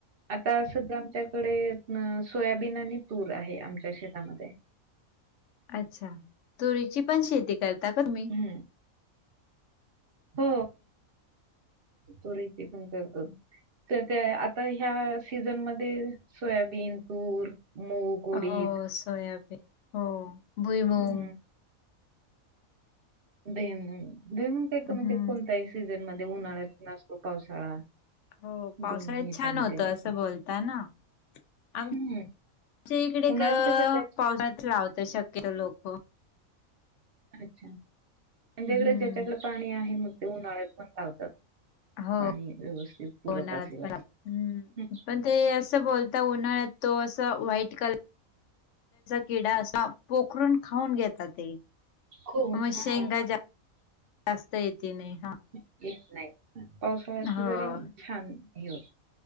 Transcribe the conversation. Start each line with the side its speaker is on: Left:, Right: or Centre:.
Right: आता सध्या आमच्याकडे सोयाबीन आणि तूर आहे आमच्या शेतामध्ये.
Left: अच्छा, तुरीची पण शेती करता का तुम्ही?
Right: हम्म. हो, तुरीची पण करतो तर त्या आता ह्या सीझनमध्ये सोयाबीन, तूर, मूग उडीद
Left: हो सोयाबीन हो भुईमंग
Right: हम्म, भुईमुंग एक
Left: हम्म.
Right: म्हणजे कोणत्याही सीझन मध्ये उन्हाळ्यात पण असतो पावसाळा
Left: हो पावसाळ्यात
Right: दोन्ही ह्याच्यामध्ये
Left: छान होतं,
Right: होतो
Left: असं बोलताना अ आमच्या
Right: हम्म
Left: इकडे
Right: उन्हाळ्यात
Left: का
Right: कसं त्या-
Left: पावसाळ्यात लावत शक्यतो लोक
Right: अच्छा म्हणजे
Left: हम्म.
Right: इकड, ज्याच्याकडे पाणी आहे मग ते उन्हाळ्यात पण लावतात
Left: हो
Right: पाणी व्यवस्तीत पुरत
Left: उन्हाळ्यात
Right: असेल
Left: पण
Right: असं
Left: लावतात. हम्म पण ते असं बोलता उन्हाळ्यात तो असं व्हाईट कलर किडा असा पोखरून खाऊन घेता ते
Right: हो.
Left: मग
Right: हां.
Left: शेंगा जा जास्त येते नाही हा
Right: घेत नाहीत, पावसाळ्यात
Left: हो
Right: जरा छान हे होत.